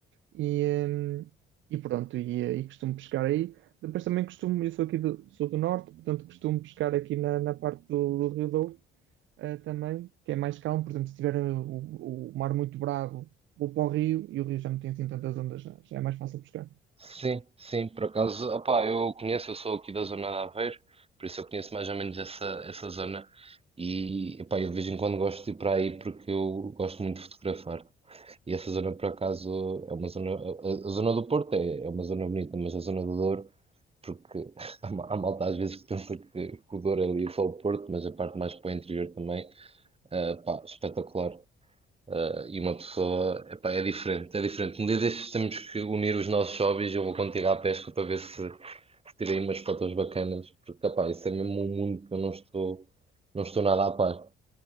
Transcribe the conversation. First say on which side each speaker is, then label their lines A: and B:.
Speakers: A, on the right; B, on the right.
A: E, hum, e pronto, e, eh, e costumo pescar aí. Depois também costumo, eu sou aqui do, sou do norte, portanto costumo pescar aqui na, na parte do, do Rio Douro, eh, também, que é mais calmo. Por exemplo, se tiver eh, o, o mar muito bravo, vou para o rio e o rio já não tem assim tantas ondas, já, já é mais fácil pescar.
B: Sim, sim, por acaso, opá, eu conheço, eu sou aqui da zona de Aveiro, por isso eu conheço mais ou menos essa, essa zona e, opá, eu de vez em quando gosto de ir para aí porque eu gosto muito de fotografar. E essa zona, por acaso, é uma zona. A, a- a zona do Porto é, é uma zona bonita, mas a zona do Douro, porque <laughs> há, ma- há malta às vezes que pensa que, que o Douro é ali só o Porto, mas a parte mais para o interior também, ah, pá, espetacular. Ah, e uma pessoa, epá, é diferente, é diferente. Um dia destes temos que unir os nossos hobbies. Eu vou contigo à pesca para ver se, se tirei umas fotos bacanas, porque, epá, isso é mesmo um mundo que eu não estou, não estou nada a par.